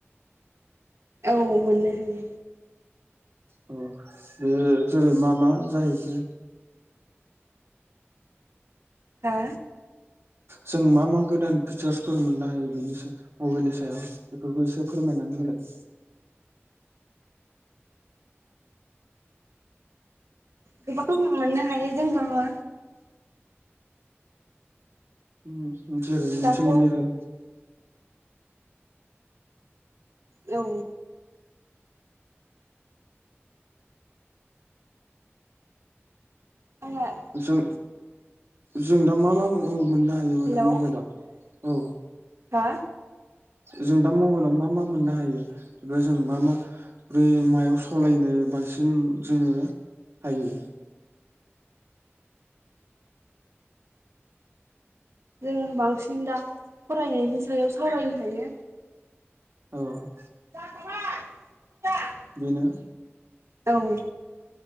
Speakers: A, on the right (about 80°); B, on the right (about 60°).
A: औ मोननो हायो
B: अ बेयो जेरै मा मा जाहैखो
A: हा
B: जों मा मा गोदान फिचार्सफोर मोननो हायो बेनि साया बबेनि सायाव बेफोरखौ एसे फोरमायनानै होलाय
A: गोबां मोननो हायो जोंहाबो
B: उम जेरै मोनसे
A: दाथ'
B: मोननैखो
A: औ औ <unintelligible>
B: जों जों दा मा मा मो-मोननो हायो माने
A: हेलौ
B: मबाइलाव औ
A: हा
B: जों दा मबाइलाव मा मा मोननो हायो एबा जों मा मा फ्राय मायाव सलायनो बांसिन जोङो हायो
A: जोङो बांसिन दा फरायनायनि सायाव सावरायनो हायो।
B: औ
A: जाखाबाय <unintelligible>
B: बेनो
A: औ